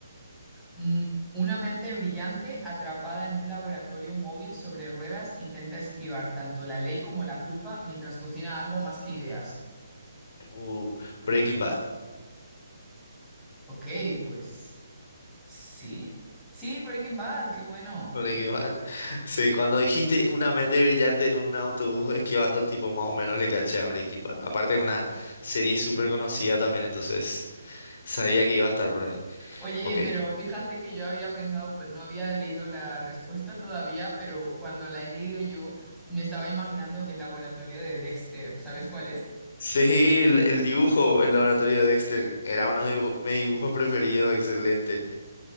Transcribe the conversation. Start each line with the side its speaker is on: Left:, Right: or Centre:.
Centre: Mm, una mente brillante atrapada en un laboratorio móvil sobre ruedas intenta esquivar tanto la ley como la culpa mientras cocina algo más que ideas.
Left: Uh, Breaking Bad.
Centre: Ok, pues, sí. Sí, Breaking Bad, qué bueno.
Left: Breaking Bad. <laughs> Sí, cuando dijiste una mente brillante en un autobús esquivando, tipo, más o menos le caché a Breaking Bad. Aparte es una serie súper conocida también, entonces sabía que iba a estar por ahí.
Centre: Oye,
Left: Ok.
Centre: pero fíjate que yo había pensado, pues no había leído la respuesta todavía, pero cuando la he leído yo, me estaba imaginando el laboratorio de Dexter. ¿Sabes cuál es?
Left: Sí, el, el dibujo, el laboratorio de Dexter, era uno de dibu- mis dibujos preferidos, excelente.